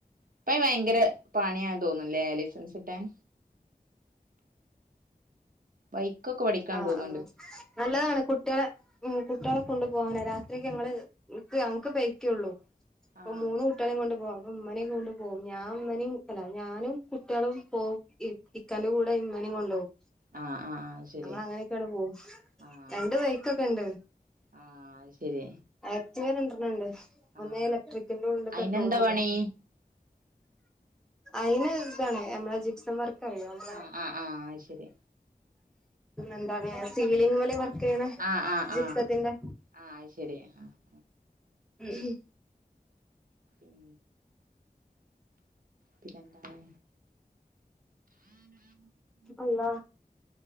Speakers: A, on the right (about 65°); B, in the centre.
A: ഇപ്പെ ഭയങ്കര പണിയാന്ന് തോന്നൂന്ന്ലേ ലൈസൻസ് കിട്ടാൻ ബൈക്കൊക്കെ പഠിക്കാൻ
B: ആഹ്
A: തോന്നുന്നുണ്ട്
B: ആഹ് നല്ലതാണ് കുട്ടികളെ ഉം കുട്ടികളെ കൊണ്ടുപോകാനെ രാത്രിക്ക് ഞങ്ങള് ഇൻക്ക് ഞങ്ങക്ക് ബൈക്കേ ഉള്ളൂ ഇപ്പ
A: ആഹ്
B: മൂന്ന് കൂട്ടി കുട്ടികളേം കൊണ്ട് പോകും അപ്പൊ ഉമ്മാനേം കൊണ്ട് പോകും ഞാൻ ഇവനേം അല്ല ഞാനും കുട്ടികളും പോവും ഇവ് ഇക്കാന്റെ കൂടെ ഇമ്മേനേം കൊണ്ട്പോകും
A: ആഹ് ആഹ് ശരി
B: ഞങ്ങള് അങ്ങനെ ഒക്കെ അങ്ങട്ട് പോവും
A: ആഹ്
B: രണ്ട് ബൈക്കൊക്കെ ഇണ്ട്
A: ആഹ് അത് ശരി
B: ആക്റ്റിവ രണ്ടെണ്ണണ്ട്
A: ആഹ്
B: ഒന്ന് ഇലക്ട്രിക്കിന്റെ ഉണ്ട്
A: അയിനെന്താ
B: പെട്രോളും ഉണ്ട്
A: പണി
B: അയിന് ഇതാണ് ഞമ്മള ജീപ്സംവർക് ക്കറിയോ നമ്മളെ
A: ആഹ് ആഹ് ആഹ് അത് ശരി
B: എന്താണ് സീലിങ് മല് വർക്ക് ചെയ്യണെ
A: ആഹ് ആഹ്
B: ജിപ്സത്തിന്റെ
A: ആഹ് ആഹ് അത് ശരി അഹ്
B: ഉം ഉം
A: ഉം പിന്നെ എന്താണ്
B: അള്ളാ